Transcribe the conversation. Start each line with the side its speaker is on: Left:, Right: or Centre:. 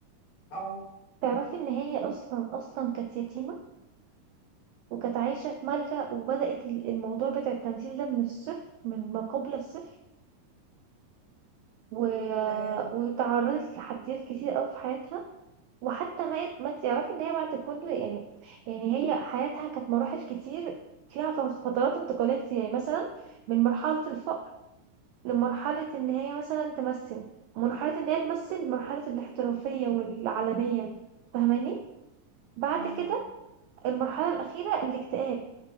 Left: اه
Right: تعرفي ان هي اصلا اصلا كانت يتيمه وكانت عايشه في ملجأ وبدأت ال- الموضوع بتاع التمثيل ده من الصفر من ما قبل الصفر و...
Left: آه،
Right: وتعرضت لتحديات كتير قوي في حياتها وحتى مات ما تعرفي ان هي بعد كل يعني يعني هي حياتها كانت مراحل كتير فيها فترات انتقالات يعني مثلا من مرحله الفقر لمرحلة ان هي مثلا تمثل مرحلة ان هي تمثل مرحلة الاحترافية والعالمية فاهماني بعد
Left: ايوه
Right: كده المرحلة الأخيرة الاكتئاب